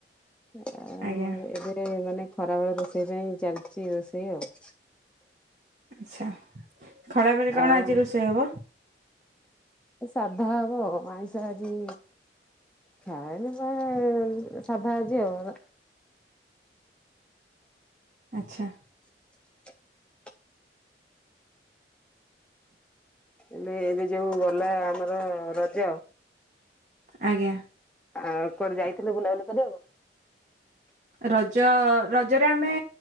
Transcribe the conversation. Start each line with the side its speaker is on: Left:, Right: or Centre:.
Centre: ଆ
Right: ଆଜ୍ଞା।
Centre: ଏବେ ମାନେ ଖରାବେେଳ ରୋଷେଇ ପାଇଁ ଚାଲିଛି ରୋଷେଇ ଆଉ।
Right: ଆଚ୍ଛା। ଖଳାବେଳେ କଣ
Centre: ଆଉ
Right: ଆଜି ରୋଷେଇ ହବ?
Centre: ସାଧା ହବ। ଆଇଁଷ ଆଜି ଖାଇନି କଣ, ସାଧା ଆଜି ଆଉ।
Right: ଆଚ୍ଛା।
Centre: <inaudible> ଏଲେ ଏବେ ଯୋଉ ଗଲା ଆମର ରଜ
Right: ଆଜ୍ଞା।
Centre: ଆଉ କୁଆଡେ ଯାଇଥିଲ ବୁଲାବୁଲି କରିବାକୁ?
Right: ରଜ, ରଜରେ ଆମେ